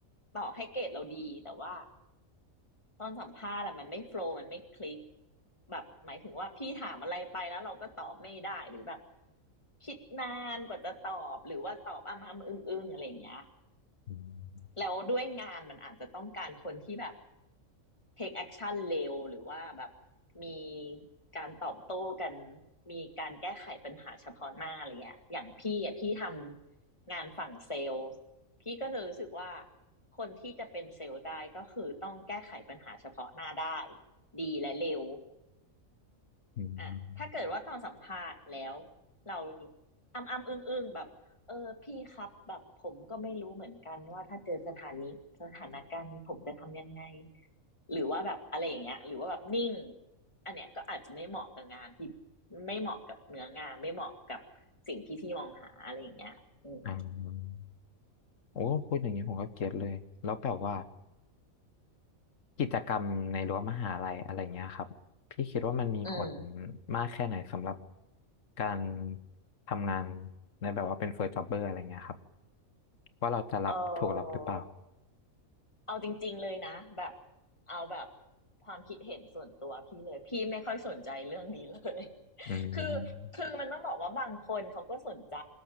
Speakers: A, on the left (about 20°); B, on the left (about 65°).
A: ต่อให้เกรดเราดีแต่ว่า ตอนสัมภาษณ์อะมันไม่โฟลว์มันไม่คลิกแบบหมายถึงว่าพี่ถามอะไรไปแล้วเราก็ตอบไม่ได้หรือแบบคิดนานกว่าจะตอบหรือว่าตอบอ้ำออึ้งอึ้งอะไรอย่างเงี้ย
B: อืม
A: แล้วด้วยงานมันอาจจะต้องการคนที่แบบ take action เร็วหรือว่าแบบมีการตอบโต้กันมีการแก้ไขปัญหาเฉพาะหน้าอะไรเงี้ยอย่างพี่อ่ะพี่ทำงานฝั่งเซลล์พี่ก็จะรู้สึกว่าคนที่จะเป็นเซลล์ได้ก็คือต้องแก้ไขปัญหาเฉพาะหน้าได้ดีและเร็ว
B: อืม
A: อ่ะถ้าเกิดว่าตอนสัมภาษณ์แล้วเราอำอำอึ้งอึ้งแบบเออพี่ครับแบบผมก็ไม่รู้เหมือนกันว่าถ้าเจอสถานีสถานการณ์นี้ผมจะทำยังไงหรือว่าแบบอะไรอย่างเงี้ยหรือว่าแบบนิ่งอันเนี้ยก็อาจจะไม่เหมาะกับงานที่ไม่เหมาะกับเนื้องานไม่เหมาะกับสิ่งที่พี่มองหาอะไรอย่างเงี้ยอืม
B: อ่าโอ้พูดอย่างนี้ผมก็เก็ตเลยแล้วแบบว่า กิจกรรมในรั้วมหาลัยอะไรเงี้ยครับพี่คิดว่ามันมีผล
A: อืม
B: มากแค่ไหนสำหรับการทำงานในแบบว่าเป็นเฟิร์สจ็อบเบอร์อะไรเงี้ยครับว่าเราจะรับถูกรับหรือเปล่า
A: เออเอาจริงๆเลยนะแบบเอาแบบความคิดเห็นส่วนตัวพี่เลยพี่ไม่ค่อยสนใจเรื่องนี้เลย
B: อืม
A: คือคือมันต้องบอกว่าบางคนเขาก็สนใจ